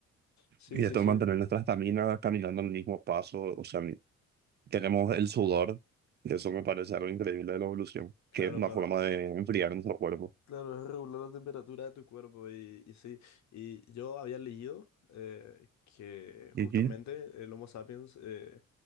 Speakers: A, on the left; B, on the right.
A: Sí,
B: Y
A: sí,
B: esto
A: sí.
B: de mantener nuestra estamina caminando al mismo paso, o sea, Tenemos el sudor, y eso me parece algo increíble de la evolución,
A: Claro,
B: que es una
A: para,
B: forma de enfriar nuestro cuerpo.
A: Claro, es regular la temperatura de tu cuerpo y, y sí, y yo había leído eh, que
B: Y
A: justamente
B: sí,
A: el Homo sapiens eh,